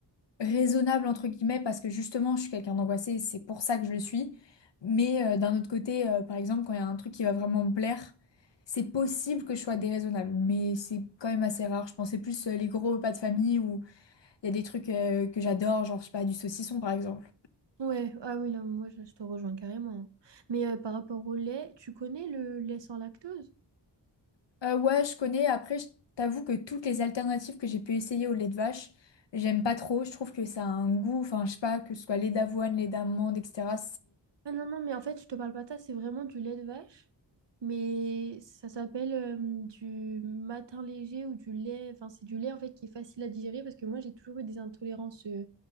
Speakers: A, on the left; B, on the right.
A: raisonnable entre guillemets parce que justement je suis quelqu'un d'angoissé c'est pour ça que je le suis. Mais euh, d'un autre côté, euh, par exemple, quand il y a un truc qui va vraiment me plaire, c'est possible que je sois déraisonnable, mais c'est quand même assez rare. Je pensais plus euh, les gros repas de famille où il y a des trucs euh, que j'adore, genre je sais pas, du saucisson par exemple.
B: Ouais, ah oui, là, moi, je, je te rejoins carrément. Mais euh, par rapport au lait, tu connais le lait sans lactose?
A: Euh, ouais, je connais. Après, je t'avoue que toutes les alternatives que j'ai pu essayer au lait de vache, j'aime pas trop. Je trouve que ça a un goût, enfin, je sais pas, que ce soit lait d'avoine, lait d'amande, etc.
B: Ah non, non, mais en fait, je te parle pas de ça, c'est vraiment du lait de vache. Mais ça s'appelle euh, du matin léger ou du lait. Enfin, c'est du lait en fait qui est facile à digérer parce que moi, j'ai toujours eu des intolérances euh,